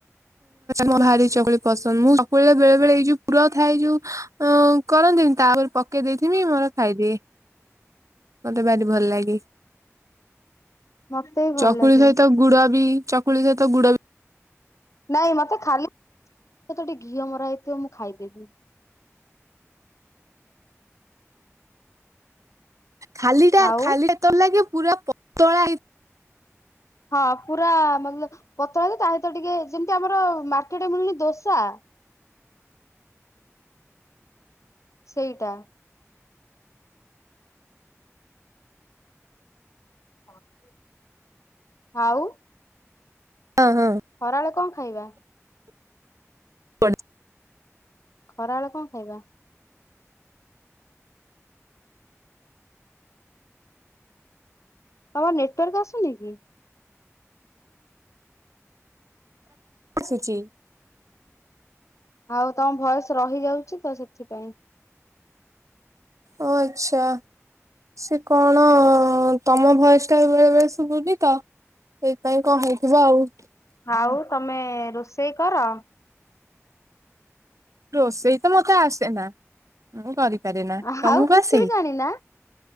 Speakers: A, on the right; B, on the left.
A: ମୋ ଭାରି ଚକୁଳି ପସନ୍ଦ ମୁଁ ଚକୁଳିରେ ବେଳେ ବେଳେ ଏଇ ଯୋଉ ପୁର ଥାଏ ଯୋଉ ଅ କରନ୍ତିନି ତାପରେ ପକେଇ ଦେଇଥିମି ମୋର ଖାଇଦିଏ। ମତେ ଭାରି ଭଲ ଲାଗେ
B: ମତେ ବି ଭଲ
A: ଚକୁଳି
B: ଲାଗେ
A: ସହିତ ଗୁଡ ବି ଚକୁଳି ସହିତ ଗୁଡବି।
B: ନାଇଁ ମତେ ଖାଲି ତ ଟିକେ ଘିଅ ମରା ହେଇଥିବ ମୁଁ ଖାଇଦେବି।
A: ଖାଲିଟା
B: ଆଉ
A: ଖାଲିବେ <inaudible> ଲାଗେ ପୁରା ପତଳା ହେଇ
B: ହଁ ପୁରା <unintelligible> ପତଳାକୁ ତା ସହିତ ଟିକେ ଯେମିତି ଆମର ମାର୍କେଟରେ ମିଳୁନି ଦୋସା। ସେଇଟା। <unintelligible> ଆଉ।
A: ହଁ।
B: ଖରାଏଳେ କଣ ଖାଇବା?
A: <unintelligible>
B: ଖରାବେେଳେ କଣ ଖାଇବା? ତମର ନେଟୱାର୍କ ଆସୁନି କି?
A: ଆସୂଚି।
B: ଆଉ ତମ ଭଏସ ରହିଯାଉଛି ତ ସେଥିପାଇଁ।
A: ଓ ଆଚ୍ଛା। ସେ କଣ ତମ ଭଏସଟା ବେଳେ ବେଳେ ଶୁବୁନି ତ। ହେଇଥିପାଇଁ କଣ ହେଇଥିବ ଆଉ।
B: ଆଉ ତମେ ରୋଷେଇ କର।
A: ରୋଷେଇ ତ ମତେ ଆସେ ନା। ମୁଁ କରିପାରେ ନା
B: ଆଉ
A: ତମକୁ
B: କିଛି
A: ଆସେ?
B: ବି ଜାଣିନା